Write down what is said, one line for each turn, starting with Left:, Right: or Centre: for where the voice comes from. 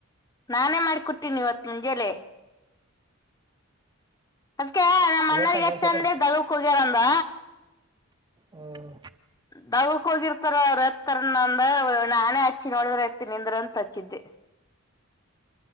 Left: ನಾನೇ ಮಾಡ್ಕೊಟ್ಟತೀನಿ ಇವತ್ ಮುಂಜೇಲೆೇ ಅದ್ಕ ನಮ್ಮ್ ಅನರ್ಗ
Right: ಗೊತ್ತಲ್ಲ
Left: ಹಚ್ಚಂದ
Right: ಅನ್ಸದ
Left: ದಲಕ್ ಹೋಗ್ಯಾರಂದ
Right: ಹ್ಮ್
Left: ದವಕ್ ಹೋಗಿರ್ತಾರ ಅವ್ರು ಎತ್ತರಂದ ನಾನೇ ಹಚ್ಚಿ ನೋಡಿದ್ರೆ ಎತ್ತ ನಿಂದ್ರಂತ ಹಚ್ಚಿದ್ದೆ <inaudible>